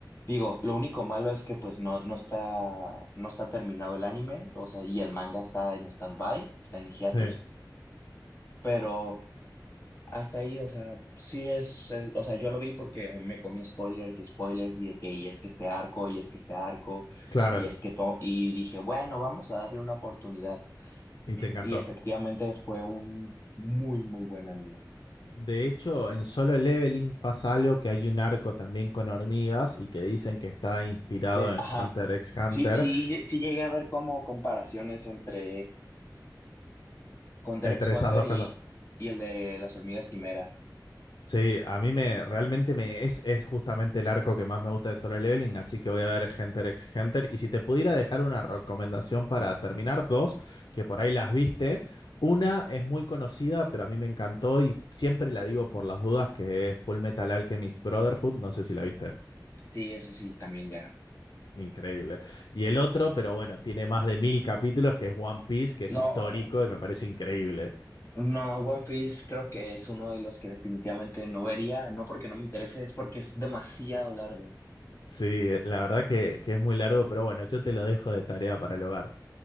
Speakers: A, on the left (about 35°); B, on the left (about 70°).
A: Digo, lo único malo es que pues no, no está, no está terminado el anime, o sea, y el manga está en stand-by, está en hiatus,
B: sí,
A: pero hasta ahí, o sea, sí es, es- o sea, yo lo vi porque me comí spoilers y spoilers y de que, y es que este arco, y es que este arco,
B: claro.
A: y es que todo, y dije, bueno, vamos a darle una oportunidad.
B: Y te encantó.
A: Y efectivamente fue un muy, muy buen anime.
B: De hecho, en Solo Leveling pasa algo que hay un arco también con hormigas y que dicen que está inspirado
A: Que,
B: en
A: ajá.
B: Hunter x Hunter.
A: Sí, sí, sí llegué a ver como comparaciones entre Hunter
B: Entre
A: x Hunter
B: esas dos
A: y,
B: cosas.
A: y el de las hormigas quimera.
B: Sí, a mí me realmente me es, es justamente el arco que más me gusta de Solo Leveling, así que voy a ver Hunter x Hunter. Y si te pudiera dejar una recomendación para terminar, dos, que por ahí las viste. Una es muy conocida, pero a mí me encantó y siempre la digo por las dudas, que es Full Metal Alchemist Brotherhood. No sé si la viste.
A: Sí, ese sí, también ya.
B: Increíble. Y el otro, pero bueno, tiene más de mil capítulos, que es One Piece, que es
A: No,
B: histórico y me parece increíble.
A: no, One Piece creo que es uno de los que definitivamente no vería, no porque no me interese, es porque es demasiado largo.
B: Sí, eh, la verdad que, que es muy largo, pero bueno, yo te lo dejo de tarea para el hogar.